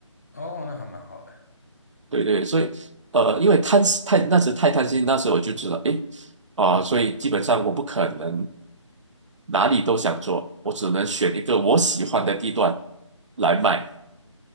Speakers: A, on the left; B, on the right.
A: 哦，那还蛮好的。
B: 对对，所以呃，因为贪太那时太贪心，那时候我就知道，诶，啊、所以基本上我不可能哪里都想做，我只能选一个我喜欢的地段来卖。